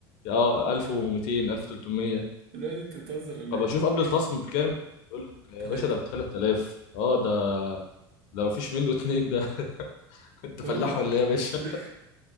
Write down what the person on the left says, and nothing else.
اه 1200 1300
فبشوف
قبل الخصم بكام يقول لك يا
باشا ده ب 3000 اه ده ده مفيش منه اتنين ده <laughs> انت فلاح
ولا ايه يا باشا